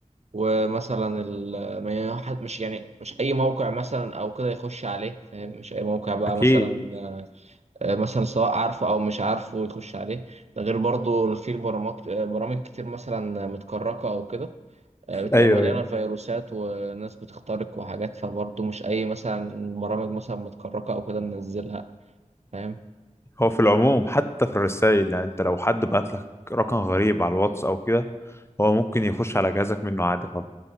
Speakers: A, on the right (about 60°); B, on the left (about 20°).
A: ومثلا ال- ما ي- حد- مش يعني مش أي موقع مثلا أو كده يخش عليه فاهم مش أي موقع بقى
B: اكيد
A: مثلا آه، مثلا سواء عارفه او مش عارفه يخش عليه ده غير برضو في برامج برامج كتير مثلا متكركه او كده آه، بتبقى
B: ايوه
A: مليانه
B: ايوه
A: فيروسات وناس بتخترق وحاجات فبرضو مش اي مثلا برامج مثلا متكركه او كده ننزلها فاهم
B: هو في العموم حتى في الرسائل يعني انت لو حد بعت لك رقم غريب على الواتس او كده هو ممكن يخش على جهازك منه عادي خالص